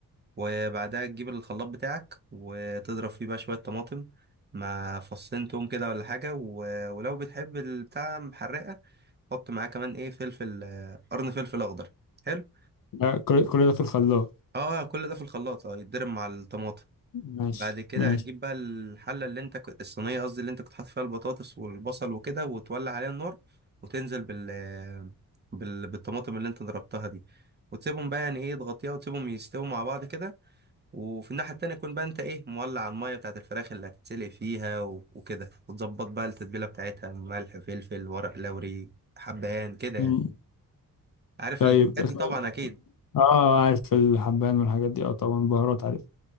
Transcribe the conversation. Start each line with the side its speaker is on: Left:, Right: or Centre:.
Right: وبعدها تجيب الخلاط بتاعك وتضرب فيه بقى شويه طماطم مع فصين توم كده ولا حاجه و... ولو بتحب البتاع محرقه حط معاه كمان ايه فلفل آه، قرن فلفل اخضر حلو
Left: لا، كل كل ده في الخلاط
Right: اه كل ده في الخلاط اه يتضرب مع الطماطم
Left: ماشي
Right: بعد كده
Left: ماشي
Right: هتجيب بقى الحلة اللي انت كنت الصينية قصدي اللي انت كنت حاطط فيها البطاطس والبصل وكده وتولع عليها النار وتنزل بال... بال... بالطماطم اللي انت ضربتها دي وتسيبهم بقى يعني ايه تغطيها وتسيبهم يستووا مع بعض كده وفي الناحية التانية يكون بقى انت ايه مولع المية بتاعت الفراخ اللي هتتسلق فيها و... وكده وتظبط بقى التتبيلة بتاعتها ملح فلفل ورق لوري حبهان كده يعني
Left: مم.
Right: عارف
Left: طيب
Right: الحاجات دي طبعا
Left: طيب.
Right: اكيد
Left: اه عارف الحبان والحاجات دي اه طبعا بهارات عارف